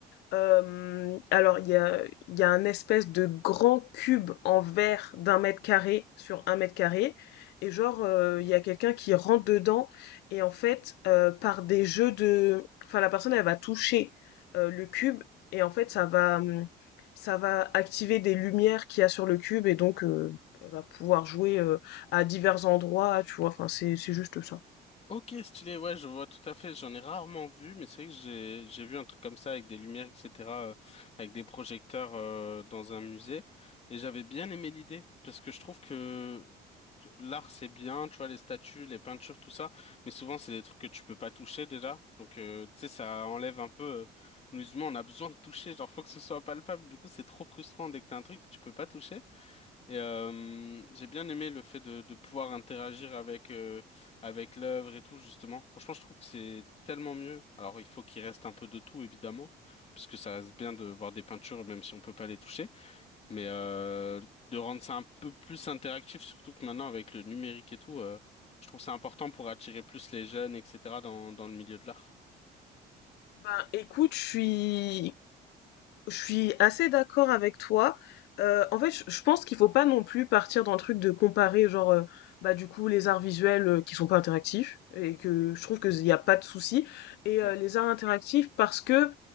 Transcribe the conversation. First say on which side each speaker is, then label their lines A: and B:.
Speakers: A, on the left (about 80°); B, on the left (about 40°).
A: Euh, alors, il y a, il y a un espèce de grand cube en verre d'un mètre carré sur un mètre carré. Et genre, euh, il y a quelqu'un qui rentre dedans. Et en fait, euh, par des jeux de... Enfin, la personne, elle va toucher euh, le cube. Et en fait, ça va, hum, ça va activer des lumières qu'il y a sur le cube. Et donc, euh, elle va pouvoir jouer euh, à divers endroits, tu vois. Enfin, c'est, c'est juste ça.
B: Ok, stylé, ouais, je vois tout à fait. J'en ai rarement vu, mais c'est vrai que j'ai j'ai vu un truc comme ça avec des lumières, etc., euh, avec des projecteurs euh, dans un musée, et j'avais bien aimé l'idée parce que je trouve que l'art c'est bien, tu vois, les statues, les peintures, tout ça, mais souvent c'est des trucs que tu peux pas toucher déjà, donc euh, tu sais ça enlève un peu. euh, nous on a besoin de toucher, genre faut que ce soit palpable. Du coup, c'est trop frustrant dès que t'as un truc que tu peux pas toucher. Et euh, j'ai bien aimé le fait de, de pouvoir interagir avec euh, avec l'œuvre et tout justement. Franchement, je trouve que c'est tellement mieux. Alors, il faut qu'il reste un peu de tout évidemment, parce que ça reste bien de voir des peintures même si on peut pas les toucher. Mais euh, de rendre ça un peu plus interactif, surtout que maintenant avec le numérique et tout, euh, je trouve ça important pour attirer plus les jeunes, etc. dans dans le milieu de l'art.
A: Ben, écoute, je suis Je suis assez d'accord avec toi. Euh, en fait, je je pense qu'il faut pas non plus partir dans le truc de comparer, genre, euh, bah du coup, les arts visuels euh, qui sont pas interactifs et que je trouve qu'il n'y a pas de souci et
B: Ouais,
A: euh, les arts interactifs parce que,